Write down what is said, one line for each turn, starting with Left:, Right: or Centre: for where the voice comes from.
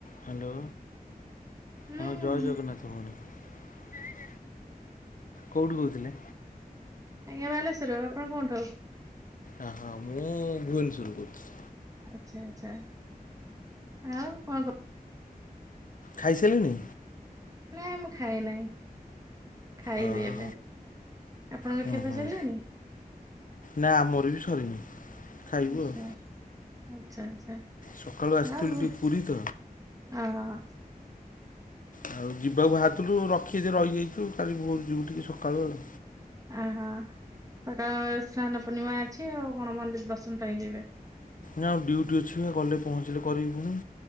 Left: ହ୍ୟାଲୋ
Right: ହୁଁ
Left: ହଁ ଜୟ ଜଗନ୍ନାଥ ଭଉଣୀ ଜୟ ଜଗନ୍ନାଥ। କୋଉଠୁ କହୁଥିଲେ?
Right: ଆଜ୍ଞା ବାଲେଶ୍ୱର ଆପଣ କୋଉଠୁ?
Left: ଅ ହ ମୁଁ ଭୁବନେଶ୍ୱରୁ କହୁଥିଲି।
Right: ଆଚ୍ଛା ଆଚ୍ଛା ଆଉ କଣ କ
Left: ଖାଇସାଇଲେନି?
Right: ନାଇଁ ମୁଁ ଖାଇ ନାଇଁ। ଖାଇବି
Left: ଓହୋ
Right: ଏବେ ଆପଣଙ୍କ
Left: ହୁଁ
Right: ଖିଆ ପିଆ
Left: ହୁଁ
Right: ସରିଲାଣି?
Left: ନା ଆମର ବି ସରିନି। ଖାଇବୁ
Right: ଆଛା
Left: ଆଉ
Right: ଆଛା ଆଚ୍ଛା
Left: ସକାଳୁ ଆସିଥିଲୁ
Right: ଆଉ ବୁ
Left: ଟିକେ
Right: ହ
Left: ପୁରୀ ତ
Right: ହଁ।
Left: ଆଉ ଯିବାକୁ ବାହାରିଥିଲୁ ରଖିଦେ ରହିଯାଇଚୁ କାଲି ଭୋରୁ ଯିବୁ ଟିକେ ସକାଳୁ ଆଉ।
Right: ଅ ହ <inaudible> ସ୍ନାନ ପୂର୍ଣ୍ଣିମା ଅଛି ଆଉ କଣ ମନ୍ଦିର ଦର୍ଶନ ପାଇଁ ଯିବେ।
Left: ନା ଆଉ ଡ୍ୟୁଟି ଅଛିବା ଗଲେ ପହଞ୍ଚିଲେ କରିବି ଫୁଣି।